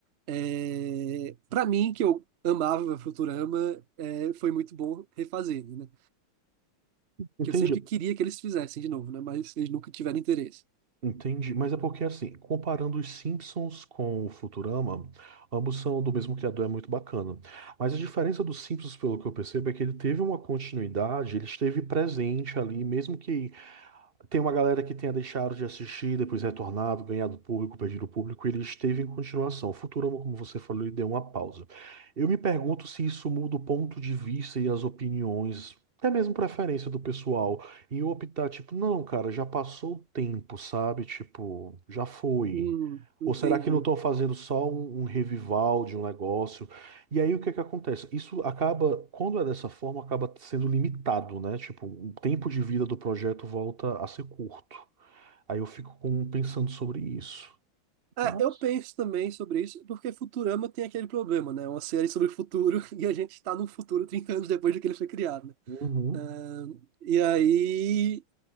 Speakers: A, on the right; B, on the right.
A: É... Pra mim, que eu amava Futurama, é, foi muito bom refazer, né?
B: Entendi.
A: Que eu sempre queria que eles fizessem de novo, né? Mas eles nunca tiveram interesse.
B: Entendi, mas é porque assim, comparando os Simpsons com o Futurama, ambos são do mesmo criador, é muito bacana. Mas a diferença dos Simpsons, pelo que eu percebo, é que ele teve uma continuidade, ele esteve presente ali, mesmo que tem uma galera que tenha deixado de assistir, depois retornado, ganhado público, perdido público, e ele esteve em continuação. O Futurama, como você falou, ele deu uma pausa. Eu me pergunto se isso muda o ponto de vista e as opiniões, até mesmo preferência do pessoal, em optar, tipo, não, cara, já passou o tempo, sabe? Tipo, já foi.
A: Hum, entendi.
B: Ou será que não estão fazendo só um, um revival de um negócio? E aí o que é que acontece? Isso acaba, quando é dessa forma, acaba sendo limitado, né? Tipo, o tempo de vida do projeto volta a ser curto. Aí eu fico com- pensando sobre isso.
A: É,
B: Mas,
A: eu penso também sobre isso, porque Futurama tem aquele problema, né? É Uma série sobre o futuro <laughs> e a gente está no futuro 30 anos depois de que ele foi criado, né?
B: uhum,
A: Ahn, e aí,